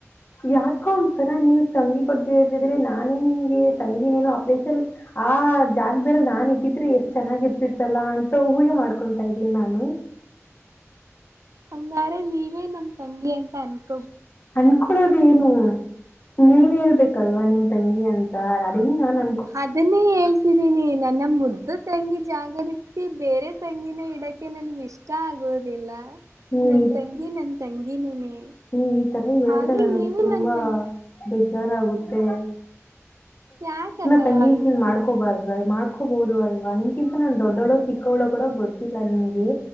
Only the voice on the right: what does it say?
ಹಂಗಾರೆ ನೀವೇ ನಾ ನಂಗೆ ಅಂತ ಅನಿಸ್ತಾ
ಹ್ಮ್
ಅದನ್ನೇ ಹೇಳ್ತಿದೀನಿ ನನ್ನ ಮುದ್ದ. <inaudible> ತಂಗಿ ಜಾಗಕ್ಕೆ ಬೇರೆ ತಂಗಿನ ಇಡಕ್ಕೆ ನನ್ಗೆ ಇಷ್ಟ ಆಗೋುದಿಲ್ಲ
ನನ್ ತಂಗಿ ನನ್ ತಂಗಿನನೇ
ಆದ್ರೂ
ನೀವು
ನನ್ ತಂಗಿ
ಯಾಕ ಥರ
ಆಗುತ್ತೀನಿ